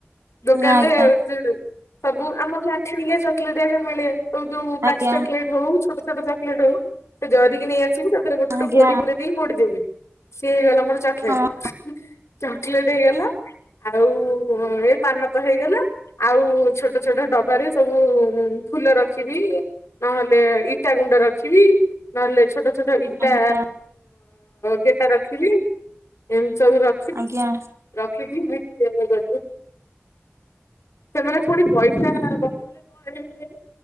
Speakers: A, on the left (about 85°); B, on the right (about 80°).
A: ଦୋକାନରେ
B: ଆଜ୍ଞା
A: ଯିବି ସବୁ ଆମର ବି ଆଠିଣିକିଆ ଚକଲେଟା <unintelligible> ମିଳେ ଆଉ ଯୋଉ କାଠି
B: ଆଜ୍ଞା
A: ଚକଲେଟ ହୋଉଚ୍ ଛୋଟ ଛୋଟ ଚକଲେଟ୍ ହୋଉ ସେ ଜରିକି ନେଇ ଆସିବି ତାଦେହରେ ଗୋଟେ ଗୋଟେ
B: ଆଜ୍ଞା
A: ଗୋଡି ପୁରେଇ ଦେଇକି ମୋଡି ଦେବି ସିଏ ହେଇଗଲା ମର ଚକଲେଟ
B: ହଁ
A: ଚକୋଲେଟ ହେଇଗଲା। ଆଉ ଏ ପାନ ତ ହେଇଗଲା ଆଉ ଛୋଟ ଛୋଟ ଡବାରେ ସବୁ ଫୁଲ ରଖିବି। ନହେଲେ ଇଟା ଗୁଣ୍ଡ ରଖିବି ନହେଲେ ଛୋଟ ଛୋଟ ଇ ଇଟା
B: ଆଜ୍ଞା
A: କେଇଟା ରଖିଲି ଏମିତି ସବୁ ର
B: ଆଜ୍ଞା
A: <inaudible> ସେମାନେ ପୁଣି ପଇସା ବତରେ କଣ ହେଇପାର।